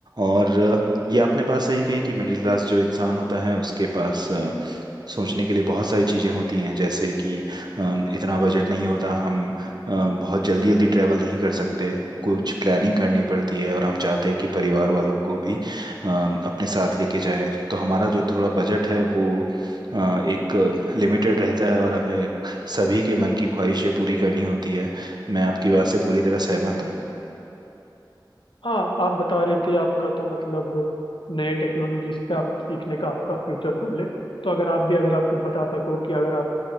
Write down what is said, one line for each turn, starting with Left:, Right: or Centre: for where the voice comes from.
Right: और अ, ये आपने बात सही कही कि मिडिल क्लास जो इंसान होता है उसके पास सोचने के लिए बहुत सारी चीज़ें होती हैं जैसे कि अम, इतना बजट नहीं होता हम अ, बहुत जल्दी जल्दी ट्रैवल नहीं कर सकते कुछ प्लानिंग करनी पड़ती है और हम चाहते हैं कि परिवार वालों को भी अम, अपने साथ लेके जाएं तो हमारा जो थोड़ा बजट है वो अ, एक लिमिटेड रहता है और हमें सभी के मन की ख्वाहिशें पूरी करनी होती है मैं आपकी बात से पूरी तरह सहमत हूँ
Left: हाँ आप बता रहे थे आपका तो मतलब नए टेक्नोलॉजीज पे आपको सीखने का आपका फ्यूचर गोल है तो अगर आप भी अगर आप कुछ बता सको कि अगर आप